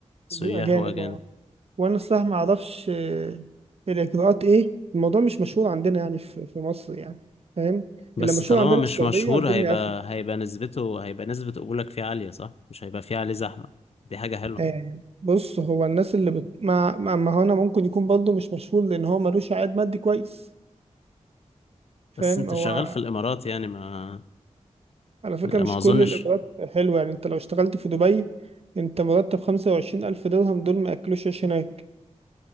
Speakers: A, on the left; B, on the right.
A: سياح
B: أجانب
A: وأجانب
B: آه. وانا الصراحه ما اعرفش آه، الاجراءات ايه الموضوع مش مشهور عندنا يعني في في مصر يعني فاهم
A: بس
B: اللي مشهور
A: طالما
B: عندنا
A: مش
B: في السعوديه
A: مشهور
B: والدنيا
A: هيبقى
B: قافله
A: هيبقى نسبته هيبقى نسبة قبولك فيه عالية صح؟ مش هيبقى فيه عليه زحمة دي حاجة حلوة
B: آه، بص هو الناس اللي بت... ما... ما ما هو انا ممكن يكون برضه مش مشهور لان هو ملوش عائد مادي كويس فاهم
A: بس أنت
B: هو
A: شغال في الإمارات يعني ما
B: على فكره
A: ما
B: مش
A: أظنش
B: كل الاجراءات حلوه يعني انت لو اشتغلت في دبي انت مرتب 25000 الف درهم دول ما ياكلوش عيش هناك